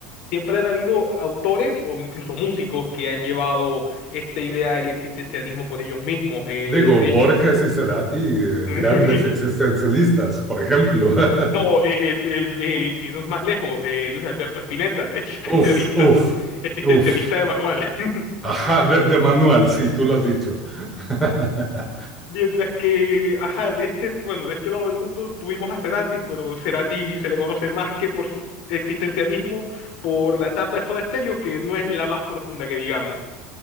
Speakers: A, on the left; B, in the centre.
A: Siempre han habido autores o incluso músicos que han llevado esta idea del existencialismo por ellos mismos. eh,
B: Digo,
A: de
B: Borges
A: hecho,
B: y Cerati, eh,
A: <laughs> Inc-
B: grandes existencialistas, por ejemplo.
A: no,
B: <laughs>
A: eh, el- el- eh, si no es más lejos, eh, Luis Alberto Spinetta, <laughs> existencialista,
B: Uf, uf,
A: existencialista
B: uf.
A: de manual. <laughs>
B: Ajá, de, de manual, sí, tú lo has dicho. <laughs>
A: Mientras que, ajá, de este, bueno, de este lado del mundo tuvimos a Cerati, pero Cerati se le conoce más que por su existencialismo, por la etapa de Soda Stereo, que no es la más profunda que digamos.